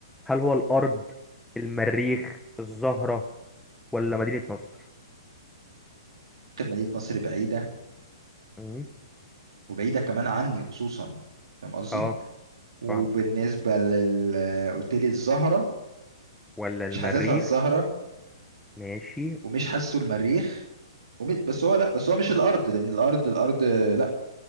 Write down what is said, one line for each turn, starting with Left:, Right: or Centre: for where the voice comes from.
Centre: هل هو الأرض المريخ الزهرة ولا مدينة نصر
Right: خد مدينة نصر بعيدة
Centre: مم.
Right: وبعيدة كمان عني خصوصا فاهم قصدي
Centre: اه
Right: وبالنسبة
Centre: فاهمك
Right: لل قلت لي الزهرة
Centre: ولا المريخ
Right: مش حاسسها الزهرة
Centre: ماشي
Right: ومش حاسه المريخ ومي... بس هو لا بس هو مش الارض لان الارض الارض لا